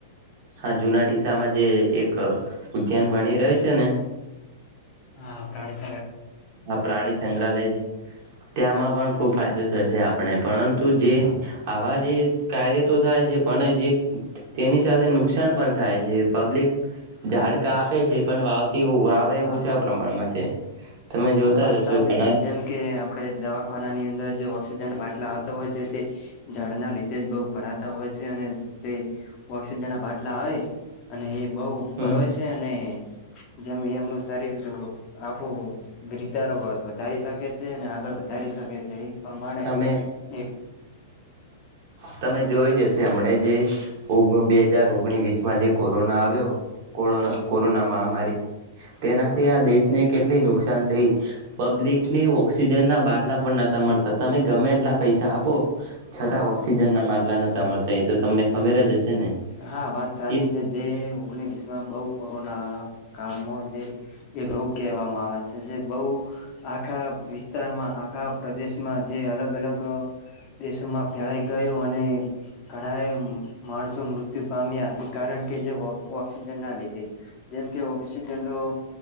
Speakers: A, on the right (about 45°); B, on the left (about 30°).
A: હા, જુના ડીસામાં જે એક ઉદ્યાન બની રહ્યું છે ને
B: હા પ્રાણીત
A: આ પ્રાણી સંગ્રહાલય છે, ત્યાંમાં પણ ખુબ ફાયદો જ આપ પરંતુ જે
B: હા હા
A: આવા જે કાર્યો તો થાય છે, પણ જે તેની સાથે નુકસાન પણ થાય છે, પબ્લિક ઝાડકાપે છે પણ વાવથી વાવે એ
B: હા
A: ઓછા
B: હા
A: પ્રમાણમાં છે તમે જોતા
B: હા વાત
A: જ હશો
B: સાચી
A: ઘણા
B: છે, જેમ કે આપડે દવાખાનાની અંદર ઓક્સિજન આવતા હોય છે તે ઝાડના લીધે જ બહુ ભરાતા હોય શે અને જે ઓક્સિજન ના બાટલા આવે અને એ બહુ
A: હમ
B: ફવે છે અને જેમ એમનું શરીર આખું વૃદ્ધા નુભ વધારી શકે છે અને આગળ વધારી શકે છે એક પ્રમાણે
A: તમે
B: હમ
A: તમે જોઈ હશે હમણાં જે બે હજાર ઓગણી વસમાં જે કોરોના આવ્યો કો
B: હ હ હા
A: કોરોના મહામારી તેનાથી
B: હા
A: આ દેશને કેટલી. નુકસાન થઈ પબ્લિકને ઓક્સિજનના બાટલા પણ નતા મળતા તમે ગમે એટલા પૈસા આપો. છતાં
B: હા
A: વખત.
B: હા
A: સિજન ના માલા નથી. તમા એ તો તમને ખબર જ હશે. ને
B: હા વાત સાચી
A: કે
B: છે જે ઓગણીવીસ માં બઉ. કોરોના કાળમાં જે એક રોગ કહેવામાં આવે છે જે બહ આખા વિસ્તારમાં આખા પ્રદેશમાં જે અલગ અલગ દેશોમાં ફેળઈ ગયો અને ઘણા માણસો મૃત. મૃત્યુ પામ્યા એ કારણ કે જે ઓક્સિજન ના લીધે જેમ કે ઓક્સિજનનોો